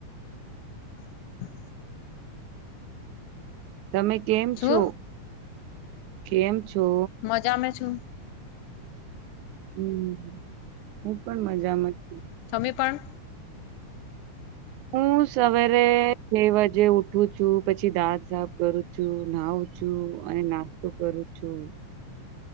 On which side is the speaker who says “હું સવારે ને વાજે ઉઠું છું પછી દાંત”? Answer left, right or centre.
Right